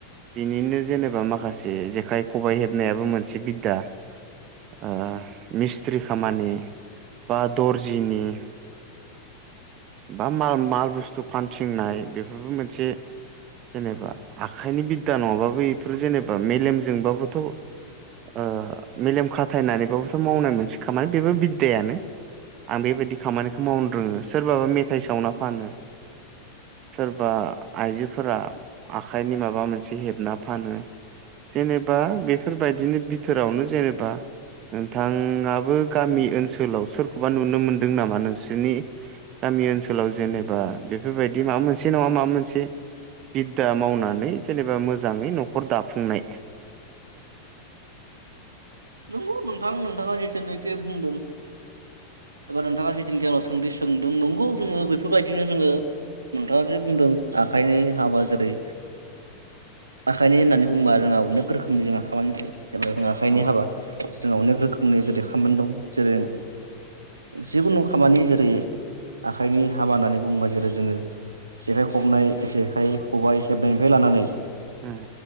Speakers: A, on the right; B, on the right.
A: बेनिनो जेनेबा माखासे जे जेखाइ खबाइ हेबनायाबो मोनसे बिद्दा ओ मिस्ट्रि खामानि बा दर्जिनि बा माल माल बुस्थु फानथिंनाय बेफोरबो मोनसे जेनेबा आखाइनि बिद्दा नङाबाबो बेफोरो जेनेबा मेलेमजोंबाबोथ' ओ मेलेम खाथायनानैबाबोथ' मावनाय मोनसे खामानि बेबो बिददायानो आं बेबायदि खामानिखौ मावनो रोङो सोरबाबा मेथाइ सावना फानो सोरबा आइजोफोरा आखाइनि माबा मोनसे हेबना फानो जेनेबा बेफोरबायदिनि बिथोरावनो जेनेबा नोंथाङाबो गामि ओनसोलाव सोरखौबा नुनो मोनदों नामा नोंसोरनि गामि ओनसोलाव जेनेबा बेफोरबायदि माबा मोनसे नङा माबा मोनसे बिद्दा मावनानै जेनेबा मोजाङै न'खर दाफुंनाय
B: नंगौ नोंथां नोंथाङा जिथुनाखि बुंदों एबा नोंथाङा जेथुनिखि सोंथि सोंदों नंगौ जोङो बेफोरबायदिनो जोङो नोंथाङा जे बुंदों आखाइनि हाबा जेरै आखाइनि होननानै बुंङोबा जोंहा अनेक रोखोमनि जोंहा खामानि थायो जे जों आखाइनि
A: औ
B: हाबा जोंहा अनेक रोखोमनि जेरै खामानि दं जेरै जेखुनु खामानि जेरै आखाइनि हाबा होननानै बुङोबा जेरै जोङो जेखाइ खबनाय जेखाइ खबाइ हेबनायनिफ्राय लानानै
A: उम